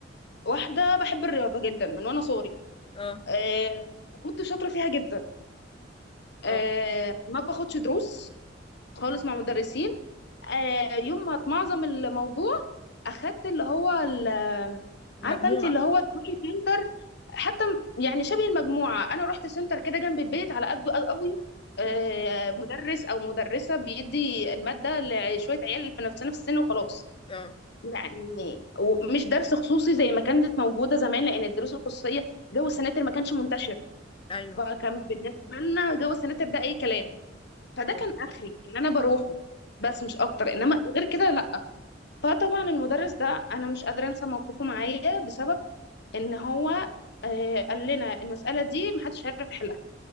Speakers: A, on the left (about 65°); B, on the left (about 30°).
A: واحده بحب الرياضه جدا من وانا صغري
B: اه
A: آه، وكنت شاطره فيها جدا
B: اه
A: آه، ما باخدش دروس خالص
B: م.
A: مع مدرسين آه، يوم ما اتمعظم الموضوع اخدت اللي هو ال-
B: مجموعه
A: عارفه انت اللي هو تروحي سنتر حتى م- يعني شبه المجموعه انا رحت سنتر كده جنب البيت على قده قوي قوي. آه،
B: م.
A: مدرس او مدرسه بيدي الماده لشويه عيال في نفس نفس السن وخلاص
B: اه
A: يعني ومش درس خصوصي زي ما كانت موجوده زمان لان الدروس الخصوصيه جو السناتر ما كانش منتشر
B: ايوه
A: فكان بالنسبه لنا جو السناتر ده اي كلام فده
B: اه
A: كان اخري ان انا بروحه بس مش
B: م.
A: اكتر انما غير كده لا فطبعا المدرس ده انا مش قادره انسى موقفه معايا بسبب ان هو آه، قال لنا المساله دي محدش هيعرف يحلها